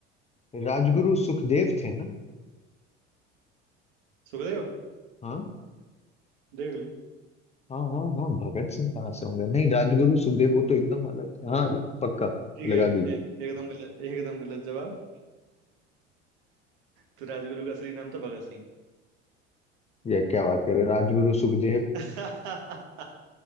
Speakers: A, on the left; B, on the right.
A: राजगुरु सुखदेव थे ना
B: सुखदेव
A: हाँ
B: देख लो
A: हाँ हाँ हाँ भगत सिंह कहाँ से होंगे नहीं राजगुरु सुखदेव वो तो एकदम अलग था हाँ पक्का
B: ठीक
A: लगा
B: है
A: दी
B: ए, एकदम गलत एकदम गलत जवाब तो राजगुरु का असली नाम था भगत सिंह
A: ये क्या बात कर रहे हो? राजगुरु सुखदेव
B: <laughs>